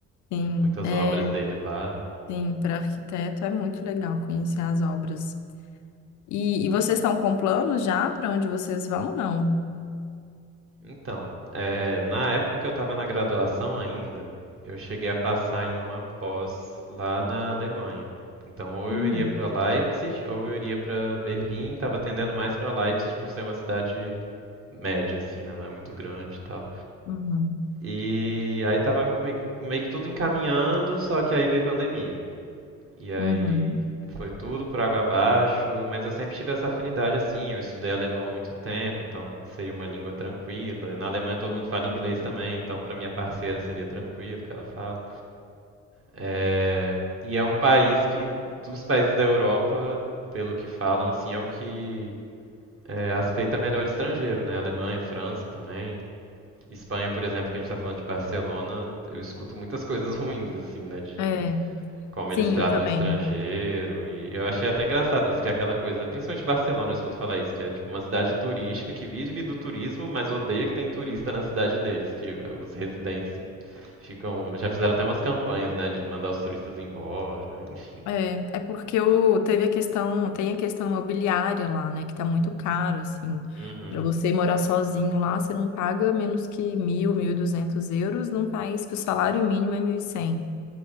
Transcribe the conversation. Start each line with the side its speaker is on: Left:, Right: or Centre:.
Left: Sim,
Right: muitas
Left: é,
Right: obras dele lá.
Left: sim, para arquiteto é muito legal conhecer as obras. E, e vocês estão com planos já para onde vocês vão? Não.
Right: Então, eh, na época que eu estava na graduação ainda, eu cheguei a passar em uma pós lá na Alemanha. Então, ou
Left: Hum,
Right: eu iria para Leipzig, ou eu iria para Berlim. Estava tendendo mais para Leipzig por ser uma cidade média, assim, né? Não é muito grande e tal.
Left: uhum,
Right: E aí estava meio que tudo encaminhando, só que aí veio pandemia. E aí
Left: uhum.
Right: tudo por água abaixo, mas eu sempre tive essa afinidade assim. Eu estudei alemão há muito tempo, então seria uma língua tranquila. Na Alemanha todo
Left: Ah,
Right: mundo fala
Left: que
Right: inglês
Left: legal.
Right: também, então para minha parceira seria tranquilo que ela fala. É, E é um país que, dos países da Europa, pelo que falam, assim, é o que é, aceita melhor estrangeiro, né? Alemanha, França também. Espanha, por exemplo, que a gente está falando de Barcelona, eu escuto muitas <laughs> coisas ruins, assim, né? De
Left: É,
Right: como
Left: sim,
Right: eles tratam
Left: eu também.
Right: estrangeiro. E eu achei até engraçado isso, que é aquela coisa, principalmente Barcelona, eu escuto falar isso, que é tipo uma cidade turística que vive do turismo, mas odeia que tem turista na cidade deles, que os residentes ficam, já fizeram até umas campanhas, né, de mandar os turistas embora. Enfim.
Left: É, é, é porque o, teve a questão, tem a questão imobiliária lá, né, que tá muito caro, assim,
Right: Uhum.
Left: para você morar sozinho lá, você não paga menos que mil, mil e duzentos euros num país que o salário mínimo é mil e cem.